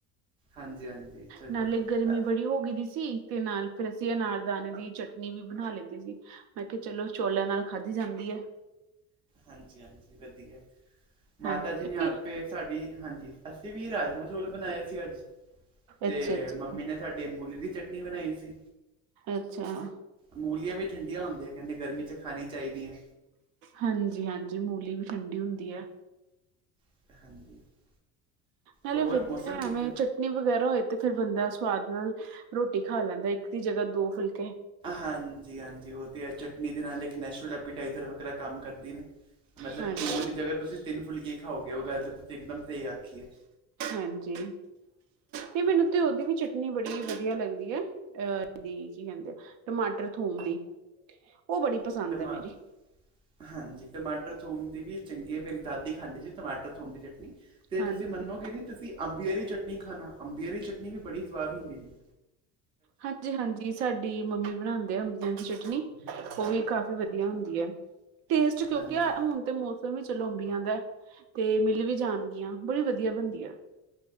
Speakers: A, on the right; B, on the right.
A: ਹਾਂਜੀ, ਹਾਂਜੀ। ਚਲੋ
B: ਨਾਲੇ
A: ਜੀ
B: ਗਰਮੀ
A: ਅ,
B: ਬੜੀ ਹੋ ਗਈ ਸੀ, ਤੇ ਨਾਲ ਫਿਰ ਅਸੀਂ ਅਨਾਰ ਦਾਣੇ ਦੀ ਚਟਨੀ ਵੀ ਬਣਾ ਲਿਤੀ ਸੀ। ਮੈਂ ਕਿਹਾ ਚਲੋ ਚੋਲਾਂ ਨਾਲ ਖਾਧੀ ਜਾਂਦੀ ਹੈ।
A: ਹਾਂਜੀ-ਹਾਂਜੀ ਵਧੀਆ, ਮਾਤਾ
B: ਹਾਂਜੀ
A: ਜੀ
B: ਕਿਉਂਕਿ
A: ਨੇ ਆਪੇ ਸਾਡੀ ਹਾਂਜੀ, ਅਸੀਂ ਵੀ ਰਾਜਮਾਂ ਚੋਲ ਬਣਾਏ ਸੀ ਅੱਜ। ਤੇ
B: ਅੱਛਾ ਅੱਛਾ
A: ਮੰਮੀ ਨੇ ਸਾਡੀ ਮੂਲੀ ਦੀ ਚਟਨੀ ਬਣਾਈ ਸੀ।
B: ਅੱਛਾ
A: ਮੂਲੀਆਂ ਵੀ ਠੰਡੀਆਂ ਹੁੰਦੀਆਂ ਨੇ, ਕਹਿੰਦੇ ਗਰਮੀ ਚ ਖਾਣੀ ਚਾਹੀਦੀਆਂ।
B: ਹਾਂਜੀ ਹਾਂਜੀ ਮੂਲੀ ਵੀ ਠੰਡੀ ਹੁੰਦੀ ਹੈ।
A: ਹਾਂਜੀ।
B: ਨਾਲੇ
A: ਹੋਰ
B: ਵਧੀਆ
A: ਮੌਸਮ
B: ਐਵੇਂ
A: ਕਿੱਦਾਂ
B: ਨੀ ਵਗੈਰਾ ਹੋਏ ਤੇ ਫਿਰ ਬੰਦਾ ਸੁਆਦ ਨਾਲ ਰੋਟੀ ਖਾ ਲੈਂਦਾ। ਇੱਕ ਦੀ ਜਗ੍ਹਾ ਦੋ ਫੁਲਕੇ
A: ਹਾਂਜੀ ਹਾਂਜੀ ਉਹ ਤੇ ਹੈ, ਚਟਨੀ ਦੇ ਨਾਲ ਇੱਕ ਨੈਚੂਲਰ ਐਪੀਟਾਈਜਰ ਵਗੈਰਾ ਕੰਮ ਕਰਦੀ ਨੇ। ਮਤਲਬ
B: ਹਾਂਜੀ।
A: ਦੋ ਦੀ ਜਗ੍ਹਾ ਤੁਸੀਂ ਤਿੰਨ ਫੁਲਕੇ ਖਾਓਗੇ, ਉਹ ਗੱਲ ਤਾਂ ਤੁ ਇਕਦਮ ਤਹੀ ਆਖੀ ਏ।
B: ਹਾਂਜੀ ਤੇ ਮੈਨੂੰ ਤੇ ਓਦੀ ਵੀ ਚਟਨੀ ਬੜੀ ਵਧੀਆ ਲੱਗਦੀ ਏ ਅ ਦੀ, ਕੀ ਕਹਿੰਦੇ ਨੇ, ਟਮਾਟਰ ਥੋਮ ਦੀ। ਉਹ ਬੜੀ ਪਸੰਦ
A: <unintelligible>
B: ਐ ਮੇਰੀ
A: ਹਾਂਜੀ ਟਮਾਟਰ ਥੋਮ ਦੀ ਵੀ ਚੰਗੀ ਏ। ਮੇਰੀ ਦਾਦੀ ਖਾਂਦੀ ਸੀ। ਟਮਾਟਰ ਥੋਮ ਦੀ ਚਟਨੀ ਤੇ
B: ਹਾਂਜੀ।
A: ਤੁਸੀਂ ਮੰਨੋਗੇ ਨੀ, ਤੁਸੀਂ ਅੰਬੀਏ ਦੀ ਚਟਨੀ ਖਾਣਾ, ਅੰਬੀਏ ਦੀ ਚਟਨੀ ਵੀ ਬੜੀ ਸਵਾਦ ਹੁੰਦੀ ਜੇ
B: ਹਾਂਜੀ ਹਾਂਜੀ। ਸਾਡੀ ਮੰਮੀ ਬਣਾਉਂਦੇ ਆ ਅੰਬੀਆਂ ਦੀ ਚਟਨੀ, ਉਹ ਵੀ ਕਾਫੀ ਵਧੀਆ ਹੁੰਦੀ ਏ। ਟੇਸਟ ਕਿਉਂਕਿਆ
A: ਹਾਂਜੀ
B: ਹੁਣ ਤੇ ਮੌਸਮ ਵੀ ਚਲੋ ਅੰਬੀਆਂ ਦਾ, ਤੇ ਮਿਲ ਵੀ ਜਾਣਗੀਆਂ। ਬੜੀ ਵਧੀਆ ਬਣਦੀ ਏ।